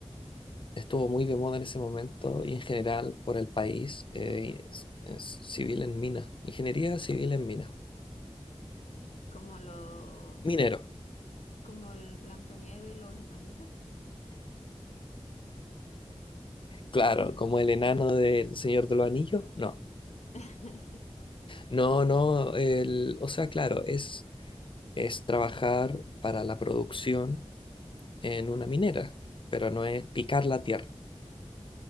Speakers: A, on the left (about 50°); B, on the left (about 75°).
A: estuvo muy de moda en ese momento y en general por el país, eh, es- es civil en mina, ingeniería civil en mina,
B: como los,
A: minero.
B: como el Blancanieves, los enanitos.
A: Claro, como el enano del Señor de los Anillos, no.
B: <laughs>
A: No, no, el, o sea, claro, es, es trabajar para la producción en una minera, pero no es picar la tierra.